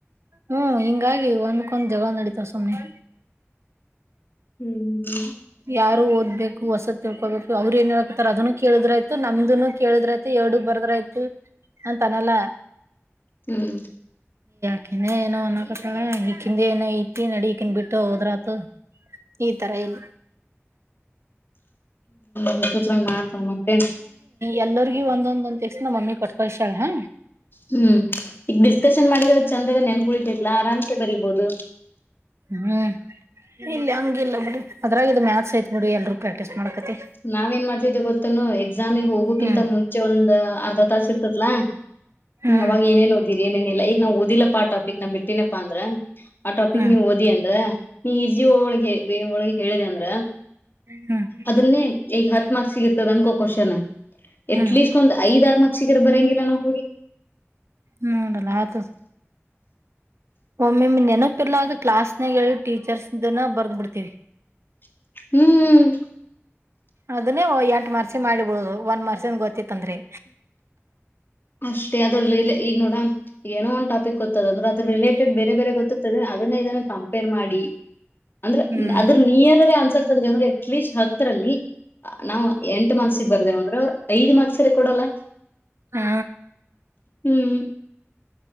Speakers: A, on the right; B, on the left.
A: ಹ್ಮ್ ಹಿಂಗಾಗಿ ಒಂದ್ಕ್ಕೊಂದ್ ಜಗಳ ನಡೀತಾವ ಸುಮ್ಮ್ನೆ
B: ಹ್ಮ್ ಭಾರಿ ಅಲ್ರಿ
A: ಯಾರು ಓದ್ಬೇಕು ಹೊಸದ ತಿಳ್ಕೋಬೇಕು ಅವ್ರ ಏನ್ ಹ ಹೇಳಕತಾರ ಅದನ್ನು ಕೇಳಿದ್ರ ಆಯ್ತು ನಮ್ದನು ಕೇಳಿದ್ರ ಆಯ್ತು ಎರಡುಗ್ ಬರ್ದ್ರ ಆಯ್ತ ಅಂತ ಅನಲ್ಲ
B: ಹ್ಮ್
A: ಈಕ ಏನೋ ಅನ್ಕತ ಈಕಿಂದ ಏನ ಐತಿ ನಡಿ ಈಕಿಂದ್ ಬಿಟ್ಟು ಹೋದ್ರತ ಈ ತರ ಇಲ್ಲಿ
B: ಹುಚ್ಚುರಂಗ್ ಮಾಡ್ತ ಮತ್ತೆ
A: ಎನ್ನೂರು <unintelligible> ಒಂದೊಂದ್ಸ ನಮ್ಮಿ ಕೊಟ್ಕ <unintelligible> ತರ ಹಾ
B: ಹ್ಮ್ ಈಗ ಡಿಸ್ಕಷನ್ ಮಾಡಿದ ಚಂದಗನ್ ನೆನಪ್ ಉಳಿತೆತ್ತಲ್ಲ ಆರಾಮಕೆ ಬರಿಬೋದು.
A: ಹ್ಮ್ ಇಲ್ಲಿ ಹಂಗ ಇಲ್ಲ ಬಿಡು ಅದ್ರಾಗ ಇದು ಮ್ಯಾಥಸ್ ಐತ್ ಬಿಡಿ ಎಲ್ರೂ ಪ್ರಾಕ್ಟೀಸ್ ಮಾಡಕತಿ
B: ನಾವ ಏನ್ ಮಾಡ್ತಿದ್ದೆ ಗೊತ್ತ <inaudible> ಎಕ್ಸಾಮ್ ಹೋಗುಕ್ಕಿಂತ
A: ಹ್ಮ್
B: ಮುಂಚೆ ಒಂದ್ ಅರ್ಧ ತಾಸ ಇರ್ತತ್ಲಾ
A: ಹ್ಮ್
B: ಅವಾಗ ಏನೇನ್ ಏನೇನಿಲ್ಲ ಈಗ ನಾ ಓದಿಲ್ಲ ಪಾಟ ಆ ಟಪಿಕ್ ನಾ ಬಿಟ್ಟನಪ್ಪ ಅಂದ್ರೆ ಆಟಾಪಿಕ್
A: ಹ್ಮ್
B: ನೀ ಓದಿ ಅಂದ್ರ ನಿಜಿ ಹೊಳಗೆ ವೆ ಒಳಗೆ ಹೇಳಿದೆ ಅಂದ್ರ
A: ಹ್ಮ್ ಹ್ಮ್
B: ಅದನ್ನೇ ಈಗ ಹತ್ತ ಮಾರ್ಕ್ಸ್ ತೀರ್ತರಂಗ ಕ್ವೆಶ್ಚನ್
A: ಹ್ಮ್
B: ಎಟ್ಲೀಸ್ಟ್ ಒಂದ್ ಐದಆರ ಮಾಕ್ಸಿಗರ ಬರಂಗಿಲ ಬೆನ ಹೋಗಿ
A: ಹ್ಮ್ಟಲ್ಲಾ ಆತ ಒಮ್ಮೊಮ್ಮೆ ನೆನಪಿರ್ಲ ಅ ಕ್ಲಾಸ್ನಾಗ ಟೀಚರ್ಸ್ ದನ ಬರ್ದ ಬಿಡ್ತೀವಿ
B: ಹ್ಮ್್ಮ
A: ಅದನ್ನೇ ಎಂಟು ಮರ್ಸಿದ ಮಾಡಿಬಡುದು ಒಂದ್ ಮರ್ಸಿನ್ ಗೊತ್ತತ್ತಂದ್ರರಿ
B: ಅಷ್ಟೇ ಅದರ ಲೀಲೆ ಈಗ ನೋಡ ಏನೋ ಉಂಟಪ್ಪ ಗೊತ್ತ ಇಟಕೊಂತರ ಅಂದ್ರೆ ಅದ್ರ ರಿಲೇಟೆಡ್ ಬೇರೆ ಬೇರೆ ಗೊತ್ತ ಇರತ್ತವಲ ಅದನ್ನೇ ಇದನ್ನ ಕಂಪೇರ್ ಮಾಡಿ ಅಂದ್ರೆ
A: ಹ್ಮ್
B: ಅದ್ರ ನಿಯರ್ ಆನ್ಸರ್ ತಂದ ಅಂದ್ರೆ ಅಟ್ಲೀಸ್ಟ್ ಹತ್ತರಲ್ಲಿ ನಾವ ಎಂಟ ಮಾಕ್ಸಿಗೆ ಬರ್ದೇವ ಅಂದ್ರೆ ಐದು ಮಾರ್ಕ್ಸ್ ಕೊಡಲ್ಲ
A: ಹಾ
B: ಹ್ಮ್